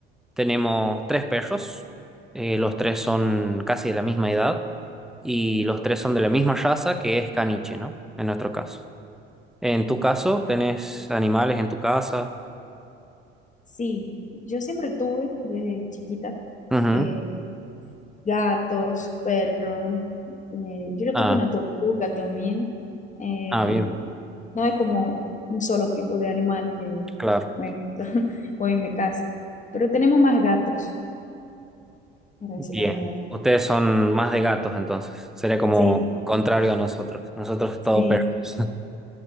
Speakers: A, in the centre; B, on the left (about 25°).
A: Tenemos tres perros. eh, los tres son casi de la misma edad y los tres son de la misma raza que es caniche, ¿no? En nuestro caso. En tu caso, ¿tenés animales en tu casa?
B: Sí, yo siempre tuve desde chiquita
A: Ujú.
B: eh, gatos, perros. eh, yo
A: Ah,
B: tuve una tortuga también. Eh,
A: ah, bien,
B: no es como un solo tipo de animal que
A: claro,
B: me gusta <laughs> o en mi casa, pero tenemos más gatos, para decir
A: bien.
B: la verdad.
A: Ustedes son más de gatos, entonces. Sería como
B: Sí,
A: contrario a nosotros. Nosotros todo
B: sí,
A: perros. <laughs>